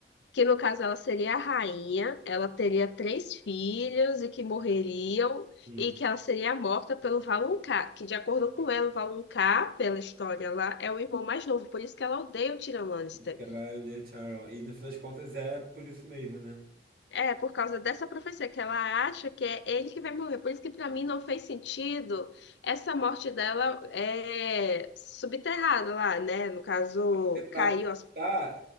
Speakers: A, on the left; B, on the right.
A: que no caso ela seria a rainha, ela teria três filhos e que morreriam,
B: Sim,
A: e que ela seria morta pelo Valonqar, que de acordo com ela, o Valonqar, pela história lá, é o irmão mais novo, por isso que ela odeia o Tyrion Lannister.
B: que ela é The Charon. E no fim das contas é por isso mesmo, né?
A: É, por causa dessa profecia, que ela acha que é ele que vai morrer. Por isso que para mim não fez sentido essa morte dela é subterrada lá, né? No caso,
B: É pra
A: caiu as...
B: tá,